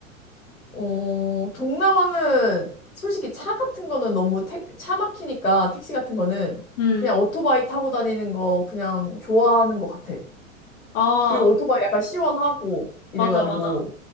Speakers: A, on the left; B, on the left.
A: 어, 동남아는 솔직히 차 같은 거는 너무 택- 차 막히니까 택시 같은 거는
B: 응. 응.
A: 그냥 오토바이 타고 다니는 거 그냥 좋아하는 것 같아.
B: 아,
A: 그리고 오토바이 약간 시원하고 이래가지고,
B: 맞아, 맞아.